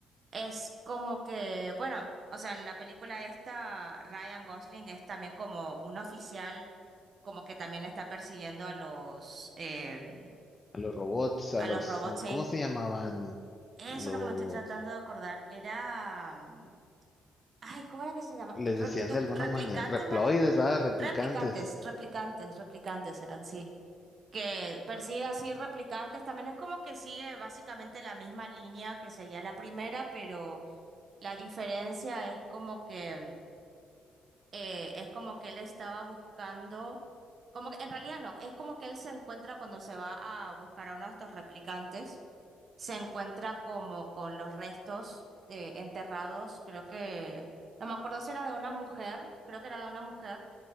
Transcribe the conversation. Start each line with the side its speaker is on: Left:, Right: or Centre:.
Right: es como que, bueno, o sea, en la película esta, Ryan Gosling es también como un oficial, como que también está persiguiendo a los, eh,
Left: A los robots, a
Right: a
Left: los...
Right: los robots,
Left: no,
Right: sí.
Left: ¿Cómo se llamaban?
Right: Eso
Left: Los...
Right: es lo que me estoy tratando de acordar. Era. mm, Ay, ¿cómo era que se llama?
Left: Les
Right: Rep-
Left: decían
Right: du-
Left: de alguna
Right: ¿Replicantes,
Left: manera, reploides,
Right: no era?
Left: va, replicantes.
Right: Replicantes, replicantes, replicantes eran, sí. Que persigue así replicantes, también es como que sigue básicamente la misma línea que seguía la primera, pero la diferencia es como que eh, es como que él estaba buscando, como que en realidad no, es como que él se encuentra cuando se va a buscar a uno de estos replicantes, se encuentra como con los restos eh, enterrados, creo que, no me acuerdo si era de una mujer, creo que era de una mujer,